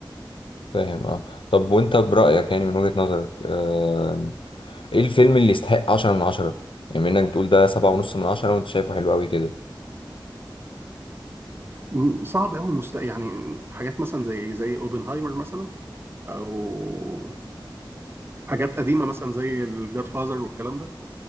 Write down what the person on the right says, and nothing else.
م- صعب قوي مست... يعني حاجات مثلا زي زي اوبنهايمر مثلا او حاجات قديمه مثلا زي الجاد فازر والكلام ده